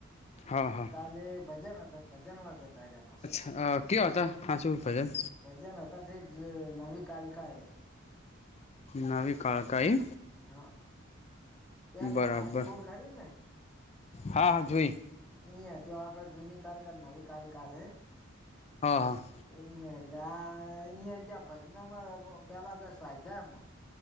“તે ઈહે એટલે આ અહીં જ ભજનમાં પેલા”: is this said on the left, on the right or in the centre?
Centre